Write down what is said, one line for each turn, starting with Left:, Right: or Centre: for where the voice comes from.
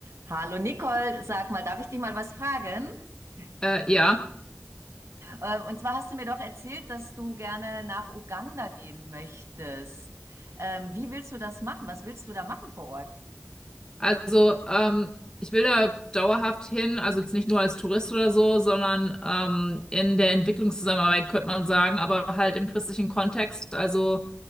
Right: Hallo Nicole, sag mal, darf ich dich mal was fragen? <laughs>
Left: Äh, ja,
Right: Ähm, Und zwar hast du mir doch erzählt, dass du gerne nach Uganda gehen möchtest. Ähm, wie willst du das machen? Was willst du da machen vor Ort?
Left: also ähm, ich will da dauerhaft hin, also jetzt nicht nur als Tourist oder so, sondern ähm, in der Entwicklungszusammenarbeit könnte man sagen, aber halt im christlichen Kontext, also